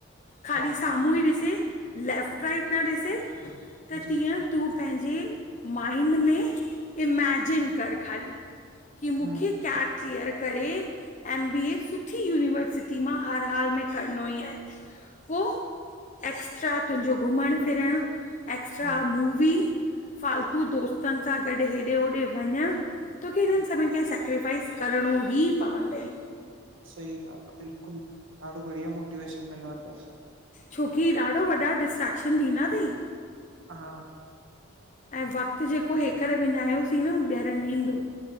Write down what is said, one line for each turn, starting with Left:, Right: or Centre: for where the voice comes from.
Left: ख़ाली
Right: हा हा
Left: साम्हूं ई ॾिसे। लेफ्ट राइट न ॾिसे त
Right: जी
Left: तीअं
Right: जी
Left: तूं पंहिंजे माइंड में, इमैजिन कर ख़ाली की मुखे
Right: हम्म
Left: कैट क्लिअर करे, एम बी ए सुठी यूनिवर्सिटी मां हर हाल में करणो ई आहे पो एक्स्ट्रा तुंहिंजो घुमणु- फिरणु एक्स्ट्रां
Right: हम्म
Left: मूवी, फ़ालतू दोस्तनि सां गॾु हेॾे- होॾे वञणु तोखे हिननि
Right: जी,
Left: सभिनी खे सेक्रीफाइस करिणो ही पवंदई
Right: सही ॻाल्हि आहे बिल्कुलु, ॾाढो बढ़िया मोटिवेशन मिलो आहे तवहां सां
Left: छोकी ॾाढो वॾा, डिस्ट्रेक्शन ॾींदा अथई
Right: हा
Left: ऐं वक़्तु जेको हेकर विञायोसीं न, उहो ॿीहरि न ईंदो